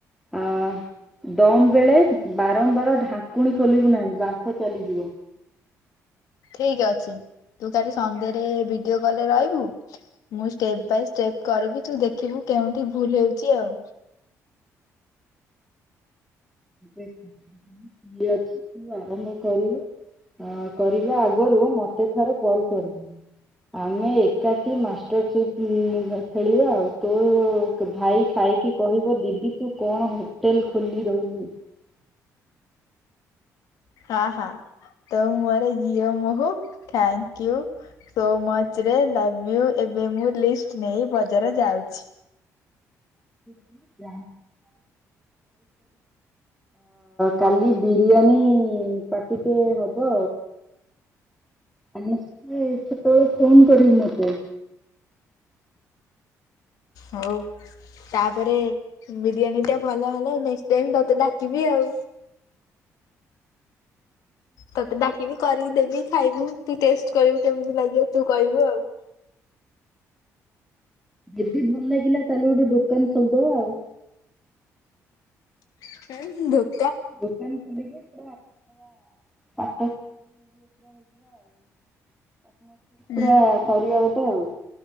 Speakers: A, in the centre; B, on the left.
A: ଆ ଦମ ବେଳେ ବାରମ୍ବାର ଢାଙ୍କୁଣୀ ଖୋଲିବୁ ନାହିଁ। ବାମ୍ଫ ଚାଲିଯିବ।
B: ଠିକ ଅଛି ତୁ କାଲି ସନ୍ଧ୍ୟାରେ ଭିଡିଓ କଲରେ ରହିବୁ। ମୁଁ ଷ୍ଟେପ ବାଇ ଷ୍ଟେପ କରିବି। ତୁ ଦେଖିବୁ କେଉଁଠି ଭୁଲ ହେଉଛି ଆଉ।
A: ଇଏ ଅଛି ତୁ ଆରମ୍ଭ କରିବୁ। କରିବା ଆଗରୁ ମତେ ଥରେ କଲ କରିବୁ। ଆମେ ଏକାଠି ମାଷ୍ଟର ଚିପ ଖେଳିବା ଆଉ ତୋ ଭାଇ ଖାଇକି କହିବ ଦିଦି ତୁ କଣ ହୋଟେଲ ଖୋଲି <inaudible>
B: ହଁ ହ ତ ମୁହଁ ରେ ଘିଅ, ମହୁ ଥାଙ୍କୟୁ ସୋ ମୋଚ ରେ ଲଭୟୁ। ଏବେ ମୁଁ ଲିଷ୍ଟ ନେଇ ବଜ଼ାର ଯାଉଛି।
A: <inaudible> କାଲି ବିରିଆନି ପାର୍ଟି ଟେ ହବ ଆଉ। ସେତେବେଳ ଫୋନ୍ କରିବୁ ମୋତେ।
B: ହଉ ତା ତାପରେ ବିରିୟାନୀ ଟା ଭଲ ହେଲ ନେଷ୍ଟେ ଟାଇମ୍ ତତେ ଡାକିବି ଆଉ। ତତେ ଡାକିବି କରିକି ଦେବି ଖାଇବୁ। ତୁ ଟେଷ୍ଟ କରିବୁ କେମିତି ଲା ତୁ କହିବୁ ଆଉ।
A: ଯଦି ଭଲ ଲାଗିଲା ତାହେଲେ ଗୋଟେ ଦୋକାନ ଖୋଲିଦବା ଆଉ।
B: <inaudible>
A: ଦୁକାନ ଖୁଲିକି। <inaudible> ପାର୍ଟନରସିପ
B: ହୁଁ
A: ପୁରା କରିବାକୁ। <inaudible>